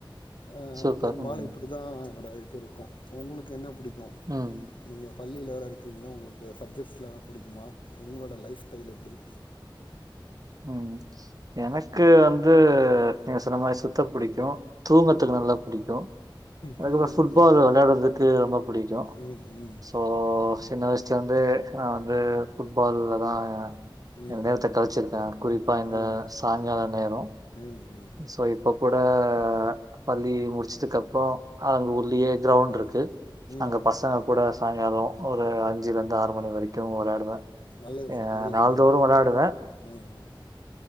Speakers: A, on the left; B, on the right.
A: அ
B: சூப்பர்.
A: பெரும்பாலு
B: ம்.
A: இப்புடிதா என்னோட இது இருக்கு உங்குளுக்கு என்ன புடிக்கு
B: ம்
A: நீங்க பள்ளில வேற இருக்றீங்க உங்ளுக்கு சப்ஜெட்லா புடிக்குமா உங்ளோட லைஃப் டைல் எப்டி
B: ம் எனக்கு வந்து நீங்க சொன்ன மாரி சுத்த புடிக்கு தூங்கத்துக்கு நல்லா புடிக்கு அதுக்கப்போ
A: தூங்குறதுக்கு
B: ஃபுட்பால்
A: புடிக்கும்
B: வெளையாட்றதுக்கு ரொம்ப புடிக்கு
A: ம் ம்
B: போ சின்ன வயிச்ட்லந்தே நா வந்து ஃபுட்பால்லதா எ
A: ம்
B: எ நேரத்த
A: ம்
B: கழிச்சிருப் த குறிப்பா இந்த
A: ம்
B: சாய்ங்கால நேரோ
A: ம் ம்
B: சோ இப் இப்பக் கூட பள்ளி முடிச்சதுக்கப்றோ அங்க உள்ளியே கிரௌண்ட்ருக்கு
A: பா ம்
B: அங்க
A: ம்
B: பசங்க கூடச் சாயங்காலோ ஒரு அஞ்சிலருந்து ஆறு மணி வரைக்கு வெளையாடுவே
A: நல்லது சார்
B: அ
A: வெரி
B: நாள்தோறு
A: குட் எனக்கு
B: வெளையாடுவே
A: ம் ம்